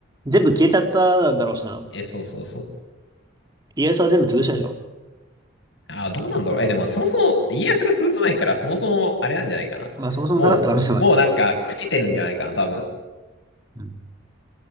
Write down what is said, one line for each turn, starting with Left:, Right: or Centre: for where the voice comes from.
Right: 全部消えちゃっただろうしな。
Left: え、そうそうそう。
Right: 家康は全部潰したでしょ。
Left: あー、どうなんだろう。え、でも、そもそも、家康が潰す前から、そもそも、あれなんじゃないかな。
Right: まあそもそもなかった可能性もある。
Left: もう、もうなんか、朽ちてるんじゃないかな、多分。だか
Right: うん。